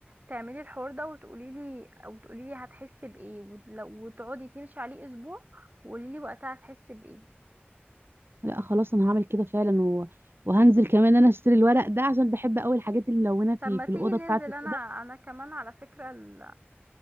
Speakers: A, on the right (about 40°); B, on the right (about 65°).
A: تعملي الحوار ده وتقولي لي او تقولي لي هتحسي بايه ولو- وتقعدي تمشي عليه اسبوع وقولي لي وقتها هتحسي بايه
B: لا خلاص انا هعمل كده فعلا و... وهنزل كمان انا اشتري الورق ده عشان بحب قوي الحاجات الملونه في
A: طب ما
B: في
A: تيجي
B: الاوضه
A: ننزل
B: بتاعتي
A: انا
B: كده
A: انا كمان على فكرة ال...